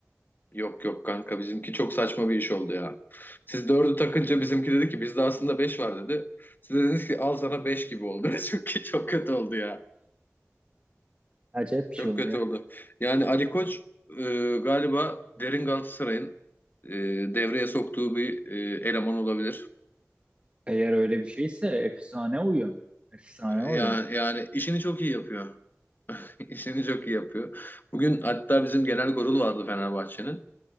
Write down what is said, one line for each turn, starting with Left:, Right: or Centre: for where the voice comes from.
Left: Yok yok kanka bizimki çok saçma bir iş oldu ya. Siz dördü takınca bizimki dedi ki bizde aslında beş var dedi. Siz dediniz ki al sana beş gibi oldu. <laughs> Çünkü çok kötü oldu ya.
Right: Acayip bir şey
Left: Çok
Right: oldu
Left: kötü
Right: ya.
Left: oldu. Yani Ali Koç e, galiba derin Galatasaray'ın e, devreye soktuğu bir e, eleman olabilir.
Right: Eğer öyle bir şeyse efsane oyun. Efsane oyun.
Left: Yani, yani işini çok iyi yapıyor. <laughs> İşini çok iyi yapıyor. Bugün hatta bizim genel kurul vardı Fenerbahçe'nin.